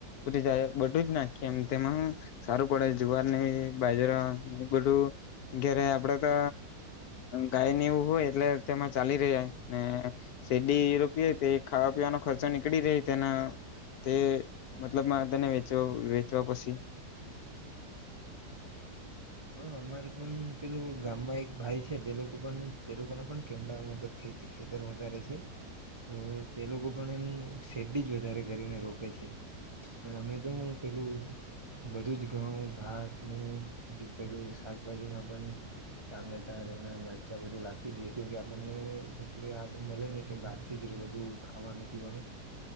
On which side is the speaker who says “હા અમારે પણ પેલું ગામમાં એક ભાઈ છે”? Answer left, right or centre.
Right